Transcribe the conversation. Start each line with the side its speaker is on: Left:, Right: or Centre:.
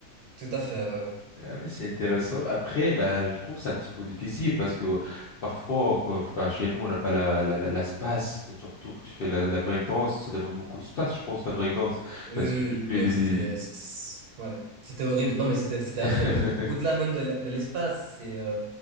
Right: Tout à fait. ouais, ouais.
Left: Ah oui, c'est intéressant. Après, bah, je trouve ça un petit peu difficile parce que parfois, quand- enfin, chez nous, on n'a pas la, la, la, la space. Surtout que tu fais la, la breakdance, ça demande beaucoup de space, je pense, la breakdance,
Right: Oui,
Left: parce
Right: oui,
Left: que tu fais
Right: oui. non,
Left: des,
Right: c'était,
Left: des...
Right: c'était- ouais, c'était horrible. Non, mais c'était, c'était
Left: <laughs>
Right: affreux. Mais au-delà même de l'- de l'espace, c'est euh,